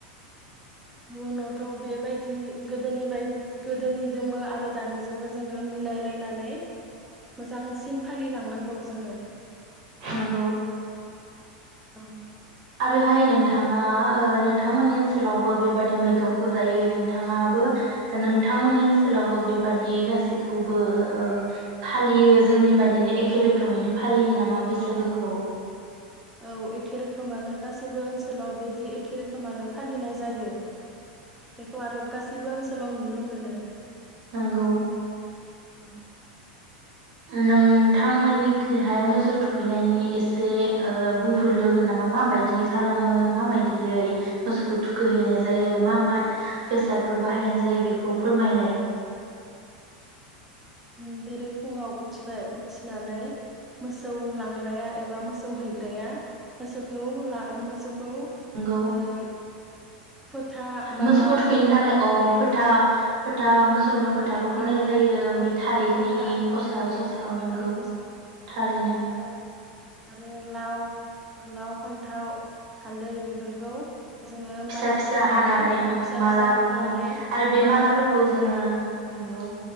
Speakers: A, in the centre; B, on the right.
A: उनावथ' बेबायदि गोदोनि बाय गोदोनिदोंबो आरो दानिजोंबो जोङो मिलायलायनानै मोजांसिन फालिलांनांगौ जोङो।
B: नोंगौ।
A: औ।
B: आरोहाय नोंथाङा ओ नोंथांमोननि ओनसोलावबो बेबादि मैगंखौ जायो नोंथाङाबो नोंथांमोननि ओनसोलावबो बेबादि गासैखौबो ओ फालियो जोंनि बादिनो एखे रोखोमैनो फालियो नामा बैसागोखौ?
A: औ एखे रोखोमानो गासैबो ओनसोलाव बिदि एखे रोखोमानो फालिनाय जायो बेखौ आरो गासैबो ओनसोलाव नुनो मोनो।
B: नोंगौ।
A: औ।
B: नोंथांमोननिखिहाय मोसौ थुखैनायनि एसे ओ बुंफोरलोगोन नामा माबायदि खालामो माबायदियै मोसौखौ थुखैहैनाय जायो मा मा बेसादफोर बाहायनाय जायो बेखौ फोरमायलाय।
A: ओम बेरे फुङाव उथिबाय उथिनानै मोसौ लांग्राया एबा मोसौ हैग्राया मोसौखौ ला मोसौखौ ओ
B: नंगौ
A: फोथा माला
B: मोसौखौ
A: आरि
B: थुखैनो
A: गानहोनानै
B: थाखाय अ फोथा फोथा मोसौनो
A: अ
B: फोथाबो
A: फोथा
B: फुननाय
A: आरि
B: जायो ओमफाय
A: फो
B: थालिदनि
A: अ फोथा आरि
B: फस्ला
A: फोननानै
B: ससेयाव नंगौ
A: थालिर फस्ला
B: थारैनो।
A: आरो आरो लाव लाव फान्थाव हालदै बेफोरखौ जोङो
B: फिसा
A: माला
B: फिसा
A: सुनानै
B: हानानै
A: फिसा
B: ओं मालाबो
A: फिसा हानानै
B: खालामो आरो बे
A: माला
B: मालाफोरखौ
A: खालामनानै
B: जोङो नोंगौ।